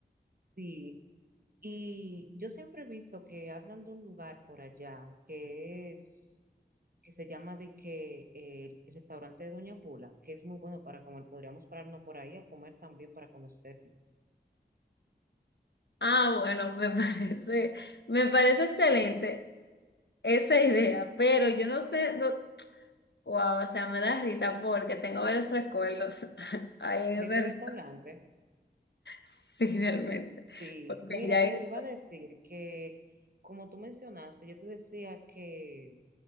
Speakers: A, on the right; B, on the left.
A: Sí, y yo siempre he visto que hablan de un lugar por allá que es, que se llama de que eh, el restaurante de Doña Pula, que es muy bueno para comer. Podríamos pararnos por ahí a comer también para conocerlo.
B: Ah, bueno, me <laughs> parece, me parece excelente esa idea, pero yo no sé, no- Wow, o sea, me da risa porque tengo varios recuerdos <laughs> ahí en
A: De
B: ese
A: ese
B: <laughs> restaurante.
A: restaurante.
B: Sí, realmente.
A: Sí,
B: Porque
A: mira,
B: ya ahí-
A: no, te iba a decir que, como tú mencionaste, yo te decía que